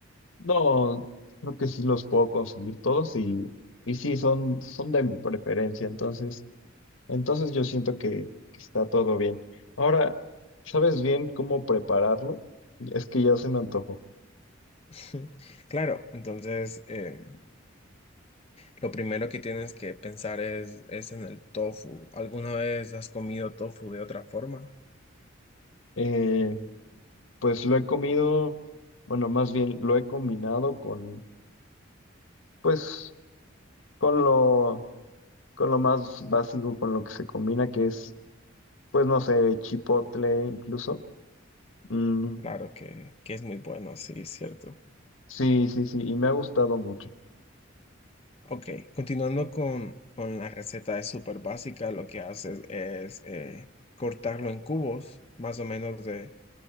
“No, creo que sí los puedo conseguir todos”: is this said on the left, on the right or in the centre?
Left